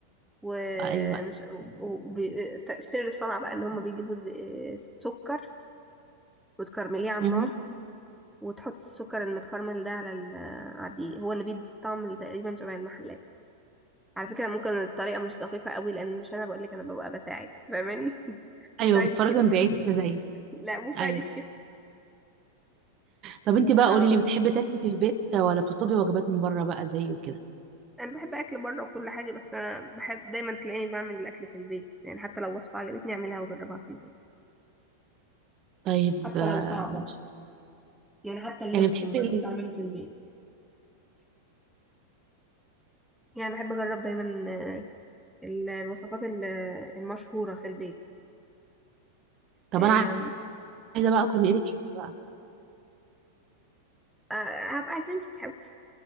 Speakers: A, in the centre; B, on the right (about 35°).
A: ومش
B: ايوه ايوه
A: وب... تأثير الصنعة بقى ان هم بيجيبوا ز- سكر وتكرمليه على
B: مهم.
A: النار وتحط السكر المتكرمل ده على ال- آه، على الدقيق هو اللي بيدي طعم تقريبا شبه المحلات على فكرة ممكن الطريقة مش دقيقة قوي لأن مش أنا بقولك أنا ببقى بساعد فاهماني <laughs>
B: ايوه
A: مساعد
B: بتفرج
A: الشيف
B: من بعيد كده زيي
A: لا مساعد
B: ايوه
A: الشيف
B: طب انت بقى
A: اه
B: قولي لي بتحبي تاكلي في البيت ولا بتطلبي وجبات من بره بقى زيي وكده
A: أنا بحب أكل بره وكل حاجة بس أنا بحب دايما تلاقيني بعمل الأكل في البيت يعني حتى لو وصفة عجبتني أعملها وأجربها في البيت
B: طيب
A: حتى
B: آه،
A: لو صعبة
B: مش عارفة.
A: يعني حتى اللانشون
B: يعني بتحبي
A: جربت
B: ال...
A: أعمله في البيت يعني بحب أجرب دايما آه، ال- الوصفات ال- المشهورة في البيت
B: طب
A: آم،
B: انا عايزه بقى اكل من ايدك حاجة بقى
A: آه، هبقى اعزمك يا حبيبتي